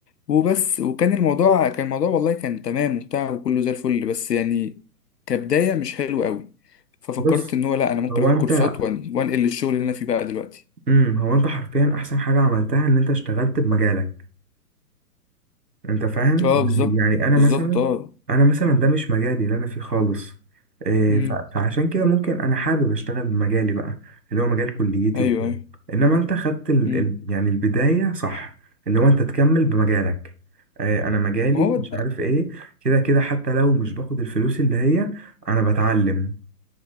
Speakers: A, on the left; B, on the right.
A: وبس وكان الموضوع كان الموضوع والله كان تمام وبتاع وكله زي الفل بس يعني كبداية مش حلو قوي ففكرت
B: بص
A: ان هو لا انا ممكن
B: هو
A: اخد
B: انت
A: كورسات وأن- وانقل للشغل اللي انا فيه بقى دلوقتي
B: امم هو انت حرفيا احسن حاجه عملتها ان انت اشتغلت بمجالك انت فاهم
A: اه بالظبط
B: يعني يعني انا
A: بالظبط
B: مثلا
A: اه
B: انا مثلا ده مش مجالي اللي انا فيه خالص إيه
A: امم
B: ف- فعشان كده ممكن انا حابب اشتغل بمجالي بقى اللي هو مجال كليتي
A: ايوه
B: وكده
A: ايوه
B: انما انت خدت ال...
A: امم
B: ال... يعني البداية صح اللي هو انت تكمل بمجالك إيه انا مجالي
A: ما هو
B: مش عارف ايه كده كده حتى لو مش باخد الفلوس اللي هي انا بتعلم